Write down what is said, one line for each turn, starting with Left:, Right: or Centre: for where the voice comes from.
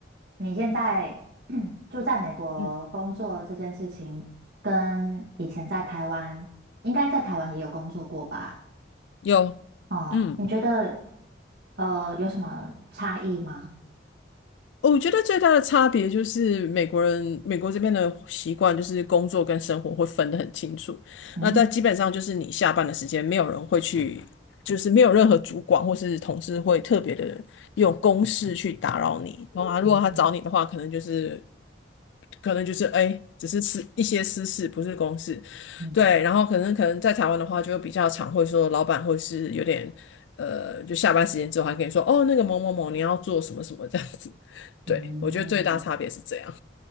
Right: 你现在 <clears throat> 住在美国工作这件事情，
Left: 嗯，
Right: 跟以前在台湾，应该在台湾也有工作过吧？
Left: 有，
Right: 哦，
Left: 嗯。
Right: 你觉得呃有什么差异吗？
Left: 我觉得最大的差别就是美国人，美国这边的习惯就是工作跟生活会分得很清楚。
Right: 嗯
Left: 那但基本上就是你下班的时间，没有人会去，就是没有任何主管或是同事会特别的用公事去打扰你。然后他如果他找你的话，
Right: 嗯嗯
Left: 可能就是可能就是哎，只是私一些私事，不是公事，
Right: 嗯
Left: 对。然后可能可能在台湾的话，就比较常会说老板或是有点呃，就下班时间之后还跟你说哦，那个某某某你要做什么什么这样子。
Right: 嗯。
Left: 对，我觉得最大差别是这样。